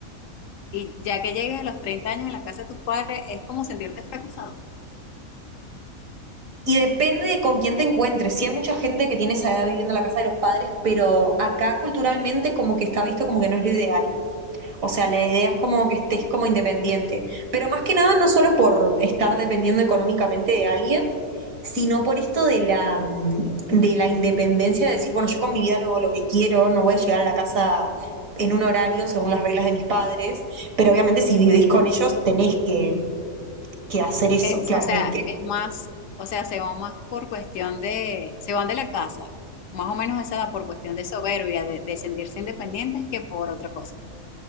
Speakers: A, on the left; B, on the right.
A: y ya que llegues a los 30 años en la casa de tus padres, es como sentirte fracasado.
B: Y depende de con quién te encuentres. Sí hay mucha gente que tiene esa edad viviendo en la casa de los padres, pero acá culturalmente como que está visto como que no es lo ideal. O sea, la idea es como que estés como independiente. Pero más que nada, no solo por estar dependiendo económicamente de alguien, sino por esto de la, mm, de la independencia, de decir, bueno, yo con mi vida hago lo que quiero, no voy a llegar a la casa en un horario según las reglas de mis padres, pero obviamente si vivís con ellos tenés que, que hacer eso,
A: Es,
B: claramente.
A: o sea, es más, o sea, se van más por cuestión de, se van de la casa, más o menos a esa edad por cuestión de soberbia, de, de sentirse independientes que por otra cosa,